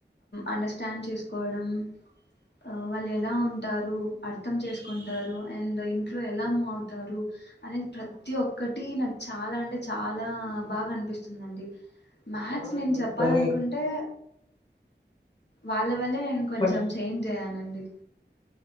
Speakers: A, on the left (about 65°); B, on the left (about 30°).
A: అండర్స్టాండ్ చేసుకోవడం ఆ వాళ్ళు ఎలా ఉంటారు అర్థం చేసుకో కుంటారు అండ్ ఇంట్లో ఎలా మూవ్ అవుతారు అనేది ప్రతి ఒక్కటి నాకు చాలా అంటే చాలా బాగా అనిపిస్తుందండి మాక్స్
B: అవునండి
A: నేను చెప్పాలనుకుంటే
B: కొన్ని
A: వాళ్ళ వల్లే నేను కొంచెం
B: కొన్ని
A: చేంజ్ అయ్యానండి